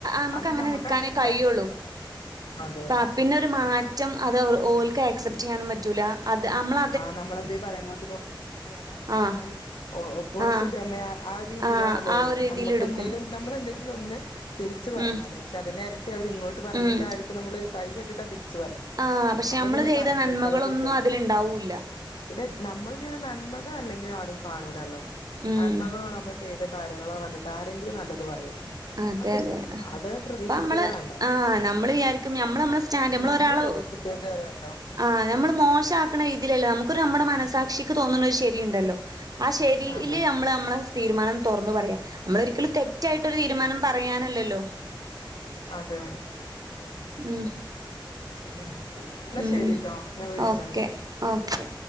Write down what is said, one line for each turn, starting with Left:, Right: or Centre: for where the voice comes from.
Right: ഞമ്മക്കങ്ങനെ
Left: അത് നമുക്ക്
Right: നിക്കാനേ
Left: അങ്ങനെ വിചാരിച്ച്
Right: കഴിയുള്ളൂ
Left: നിക്കാ അത്രേ ഉള്ളൂ അതെ
Right: പ്പ പിന്നെ ഒരു മാറ്റം അത് അവറ് ഓൽക്ക് ആക്സെപ്റ്റ് ചെയ്യാനും പറ്റൂല അത് അമ്മള
Left: ആഹ് നമ്മളെന്ത പറയുമ്പോത്തിനു ഓളങ്ങനെ
Right: ആഹ്
Left: ആയി ഓക് കുറച്ച്
Right: ആഹ്
Left: ഗമയ ആ രീതിയിലാണല്ലോ
Right: ആഹ് ആ
Left: വരക
Right: ഒരു രീതിയില്
Left: നമുക്ക്
Right: എടുക്കും
Left: എന്തെങ്കിലും നമ്മളെന്തെങ്കിലും ഒന്ന് തിരിച്ചു പറഞ്ഞാലോ
Right: ഉം
Left: പക്ഷെ അതിനിരട്ടി അവരിങ്ങോട്ട് പറഞ്ഞിട്ടാരിക്കും
Right: ഉം
Left: നമ്മള് സഹി കെട്ടിട്ട് തിരിച്ച് പറയുന്നത്
Right: ആഹ് പക്ഷെ
Left: അപ്പൊ
Right: നമ്മള്
Left: പിന്നെ
Right: ചെയ്ത
Left: പറഞ്ഞു
Right: നന്മകളൊന്നും
Left: ഓർക്കായി കുറ്റം
Right: അതിലുണ്ടാവൂല്ല
Left: ഇത് നമ്മൾ ചെയ്ത നന്മകൾ അല്ലെങ്കിലും ആരും കാണൂലല്ലോ
Right: ഉം
Left: നന്മകളോ നമ്മൾ ചെയ്ത കാര്യങ്ങളോ കണ്ടിട്ട് ആരെങ്കിലും നല്ലത് പറയോ
Right: അതെ
Left: അതില്ല
Right: അതെ അപ്പ
Left: അത് പ്രതീക്ഷിക്കേ
Right: നമ്മള്
Left: വേണ്ട
Right: ആഹ് നമ്മള് വിചാ നമ്മള് നമ്മ സ്റ്റാൻഡ് നമ്മള
Left: നന്ദി
Right: ഒരാള്
Left: പ്രതീക്ഷിക്കരുത് അറിയാലോ
Right: ആഹ് നമ്മള് മോശമാക്കുന്ന രീതിയിലല്ലേ നമുക്കൊരു നമ്മുടെ മനസാക്ഷിക്ക് തോന്നുന്ന ഒരു ശരി ഉണ്ടല്ലോ ആ ശരിൽ
Left: അതെ
Right: നമ്മള് നമ്മളെ തീരുമാനം തുറന്നു പറയാ നമ്മള ഒരിക്കലും തെറ്റായിട്ട് തീരുമാനം പറയാനല്ലല്ലോ
Left: അതേ
Right: ഉം
Left: ശരി എന്നാ
Right: ഉം
Left: ശെരിട്ടോ ഞാൻ വിളിച്ചണ്ട്
Right: ഓക്കെ ഓക്കെ